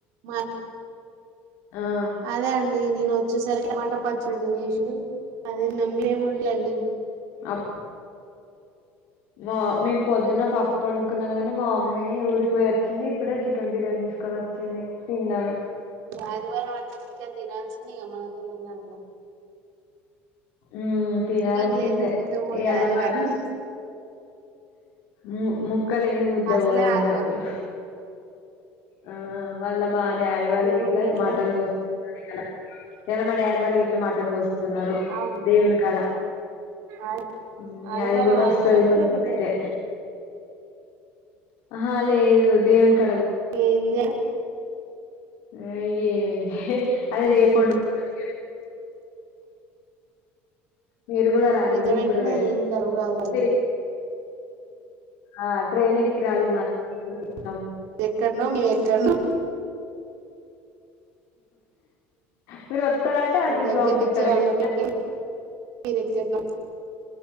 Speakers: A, on the right (about 75°); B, on the left (about 70°).
A: మరి
B: ఆ
A: అదే అండి నేను వచ్చేసరికి టమాటపచ్చడి చేసిండు అదే నమ్మి ఏమిండలేండి
B: అబ్ మా మేము పొద్దున్న పప్పు వండుకున్నాం గానీ మా మమ్మీ ఊరికి పోయి వచ్చింది ఇప్పుడే చికెన్ బిర్యానీ తీసుకొని వ చింది తిన్నాను
A: ఆదివారం అంటే చికెన్ తినాల్సింది ఇగ మన తెలంగాణల
B: మ్మ్ తినాల్సిందే
A: చికెన్ లేనిది ముద్ద పోదు
B: ఇయాల
A: ఆదివారం
B: మళ్ళ
A: రోజు
B: ము ముక్కలేంది ముద్దపోదు
A: అసలే
B: అన్నట్టు
A: ఆదివారం
B: ఆ మళ్ళ మా డాడీ వాళ్
A: తినకుంటే
B: ఇట్లా
A: ఎట్లా
B: మటన్ కోస్తున్నారు ఇయాల ఇయాల మా డాడీ వాళ్లు గిట్ల మటన్ కోస్తున్నారు
A: అవును
B: దేవుని కడ
A: ఆది
B: ఊమ్
A: ఆదివారం
B: అది కూడా
A: ఆదివారమా
B: వస్తది కొంచమయితే
A: లేకుంటే ఏదన్నా
B: అహ లేేదు దేవున్ కడ గొ
A: ఏందా
B: ఆ ఇగ ఏమైంది అయి
A: ఉహు
B: రేపు వండుకుంటమిగ మీరు కూడా రండి
A: ఫ్రిడ్జ్
B: మీకు
A: లో పెట్టినా
B: కూడా పెడ్తి
A: ఏం కరాబ్ కాదు అది
B: ఆ ట్రైన్ ఎక్కి రాలి మరి మీకు కూడ పెడ్తమ్
A: ఎక్కడనొ మీ ఎక్కడనో
B: మీరు వతరంటే ఎ అడ్రస్
A: దగ్గరకి
B: వంపితం
A: వచ్చే వాళ్ళం
B: ఏమున్నది
A: ఎక్కడ మీరెక్కన్నా